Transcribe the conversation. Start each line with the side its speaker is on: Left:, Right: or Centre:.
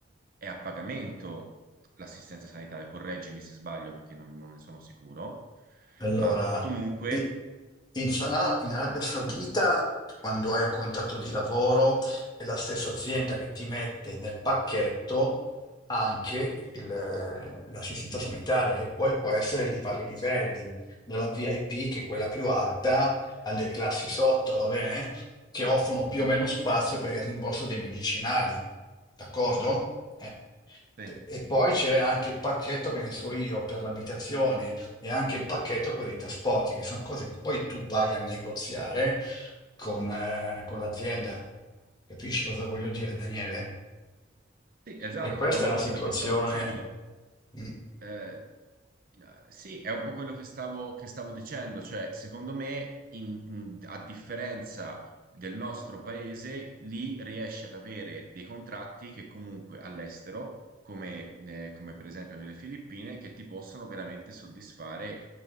Right: è a pagamento l'assistenza sanitaria, correggimi se sbaglio perché non, non ne sono sicuro,
Left: Allora,
Right: ma comunque...
Left: i- in, Sana- in Arabia Saudita, quando hai un contratto di lavoro, è la stessa azienda che ti mette nel pacchetto anche il- eh, l'assistenza sanitaria, che poi può essere di vari livelli, dalla VIP, che è quella più alta, alle classi sotto, va bene? Che offrono più o meno spazio per il rimborso dei medicinali, d'accordo? Eh.
Right: Sì,
Left: E poi c'è
Right: ecco.
Left: anche il pacchetto che ne so io per l'abitazione e anche il pacchetto per i trasporti, che sono cose che poi tu vai a negoziare con, eh, con l'azienda. Capisci cosa voglio dire, Daniele?
Right: Sì, esatto,
Left: E questa
Right: è un
Left: è la
Right: po'
Left: situazione.
Right: quello che stavo dicendo.
Left: mm?
Right: Eh, eh, sì, è un po' quello che stavo, che stavo dicendo, cioè secondo me, in- in- a differenza del nostro paese, lì riesce ad avere dei contratti che comunque all'estero, come, eh, come per esempio nelle Filippine, che ti possono veramente soddisfare